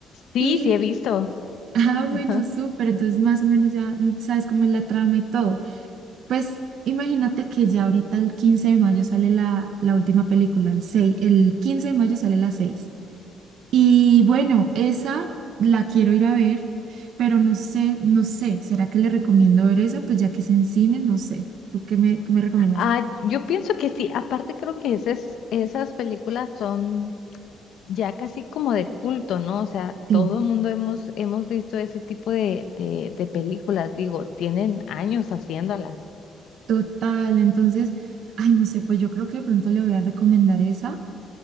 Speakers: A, on the left; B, on the right.
A: sí,
B: Y,
A: sí he visto.
B: <laughs> ah, bueno,
A: Ajá.
B: súper. Entonces, más o menos ya sabes cómo es la trama y todo. Pues imagínate que ya ahorita el 15 de mayo sale la, la última película, el seis El 15 de mayo sale la 6 y bueno, esa la quiero ir a ver, pero no sé, no sé, ¿será que le recomiendo ver esa? Pues ya que es en cine, no sé. ¿Tú qué me, qué me recomiendas?
A: Ah, yo pienso que sí. Aparte creo que esas, esas películas son ya casi como de culto, ¿no? O sea,
B: Sí,
A: todo el mundo hemos, hemos visto ese tipo de, de, de películas, digo, tienen años haciéndolas.
B: total. Entonces, ay, no sé, pues yo creo que de pronto le voy a recomendar esa.